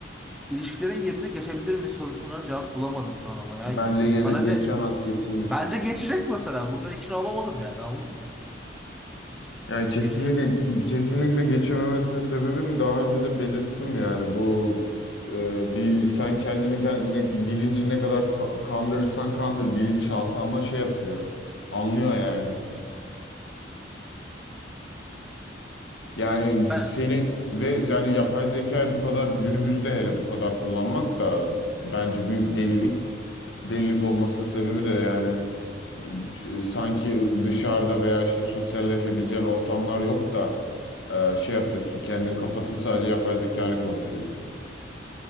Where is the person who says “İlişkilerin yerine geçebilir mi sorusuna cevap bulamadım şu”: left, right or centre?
Centre